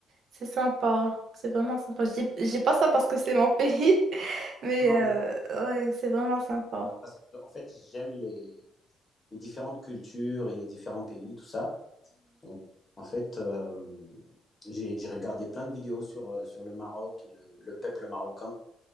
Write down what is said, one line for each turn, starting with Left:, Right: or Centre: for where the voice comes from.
Right: c'est sympa. C'est vraiment sympa. Je dis je dis pas ça parce que c'est mon pays, <laughs> mais
Left: Non,
Right: euh,
Left: mais
Right: ouais, c'est vraiment sympa.
Left: parce que, en fait, j'aime les, les différentes cultures et les différents pays, tout ça. Donc, en fait, euh, j'ai j'ai regardé plein de vidéos sur, euh, sur le Maroc et le, le peuple marocain.